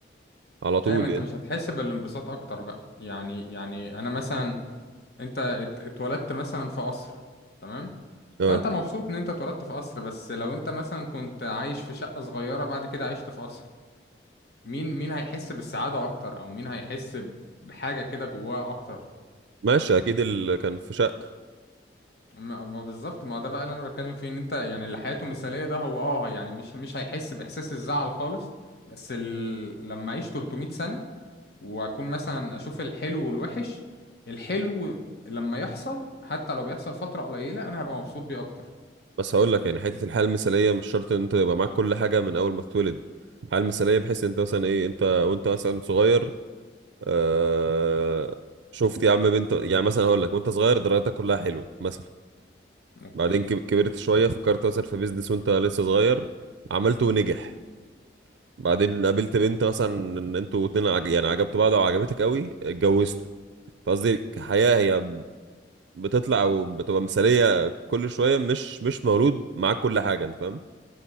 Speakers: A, on the right (about 80°); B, on the left (about 60°).
A: على طول
B: دايما انت
A: يعني
B: مش هتحس بالانبساط اكتر بقى يعني يعني انا مثلا انت ات- اتولدت مثلا في قصر تمام
A: اه
B: فانت مبسوط ان انت اتولدت في قصر بس لو انت مثلا كنت عايش في شقة صغيرة بعد كده عشت في قصر مين مين هيحس بالسعادة اكتر او مين هيحس بحاجة كده جواه اكتر
A: ماشي اكيد اللي كان في شقة
B: ما ما بالظبط ما ده بقى اللي انا بتكلم فيه ان انت يعني اللي حياته مثالية ده هو اه يعني مش مش هيحس باحساس الزعل خالص بس ال... لما اعيش 300 سنة واكون مثلا اشوف الحلو والوحش الحلو لما يحصل حتى لو بيحصل فترة قليلة انا هبقى مبسوط بيه اكتر
A: بس هقول لك يعني حتة الحياة المثالية مش شرط ان انت يبقى معاك كل حاجة من اول ما تتولد الحياة المثالية بحيث انت مثلا ايه انت وانت مثلا صغير آه شفت يا عم بنت يعني مثلا هقول لك وانت صغير درجاتك كلها حلوة مثلا
B: اوكي
A: بعدين كب- كبرت شوية فكرت مثلا في بيزنس وانت لسه صغير عملته ونجح بعدين قابلت بنت مثلا ان انتوا اتنين عج... يعني عجبتوا بعض وعجبتك قوي اتجوزتوا فقصدي كحياة هي بتطلع وبتبقى مثالية كل شوية مش مش مولود معاك كل حاجة انت فاهم